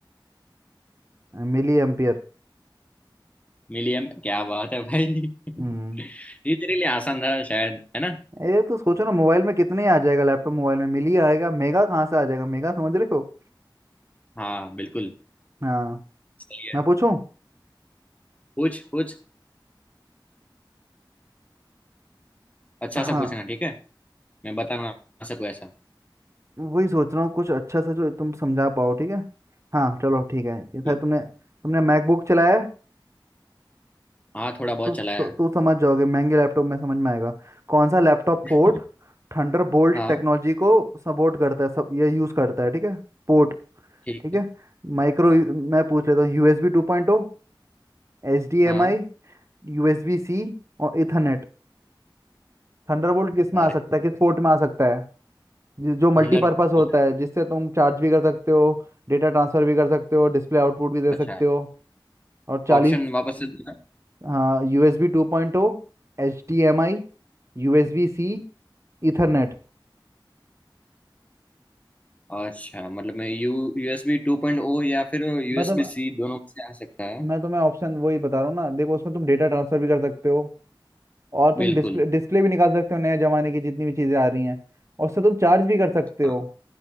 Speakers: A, on the right; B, on the left.
A: Milli ampere
B: मिलियम क्या बात है भाई <laughs>
A: हम्म
B: ये तेरे लिए आसान था शायद है ना
A: ये तो सोचो ना मोबाइल में कितने ही आ जाएगा लैपटॉप मोबाइल में मिली आएगा मेगा कहाँ से आ जाएगा मेगा समझ रहे हो
B: हाँ बिल्कुल
A: हाँ
B: सही है
A: मैं पूछूं
B: पूछ पूछ अच्छा
A: हाँ
B: सा पूछना ठीक है मैं बताना सबको ऐसा
A: वही सोच रहा हूँ कुछ अच्छा सा जो तुम समझा पाओ ठीक है हाँ चलो ठीक है ये शायद
B: ठीक
A: तुमने तुमने मैकबुक चलाया है
B: है? हाँ थोड़ा बहुत
A: तू
B: चला है
A: तू तू समझ जाओगे महंगे लैपटॉप में समझ में आएगा कौन सा लैपटॉप
B: <laughs>
A: पोर्ट थंडरबोल्ट
B: हाँ
A: टेक्नोलॉजी को सपोर्ट करता है सब ये यूज़ करता है ठीक है पोर्ट
B: ठीक
A: ठीक है
B: है
A: माइक्रो
B: हाँ
A: मैं पूछ लेता हूँ USB two point O H D
B: हाँ
A: M I USB C और इथरनेट थंडरबोल्ट किस में
B: और
A: आ सकता है किस पोर्ट में आ सकता है जि- जो मल्टीपर्पस
B: अंदर बोल
A: होता है जिससे तुम चार्ज भी कर सकते हो डेटा ट्रांसफर भी कर सकते हो डिस्प्ले आउटपुट भी दे
B: अच्छा
A: सकते हो और चालीस
B: ऑप्शन वापस से देना
A: हाँ USB two point O H D M I USB C Ethernet
B: अच्छा मतलब मैं यू यूएसबी टू पॉइंट ओ या फिर यूएसबी
A: मैं तुम
B: सी दोनों में से आ सकता है
A: मैं तुम्हें ऑप्शन वही बता रहा हूँ ना देखो उसमें तुम डेटा ट्रांसफर भी कर सकते हो और तुम
B: बिल्कुल
A: डिस्प्ले डिस्प्ले भी निकाल सकते हो नए जमाने की जितनी भी चीज़ें आ रही हैं और उससे तुम चार्ज भी कर सकते हो
B: हाँ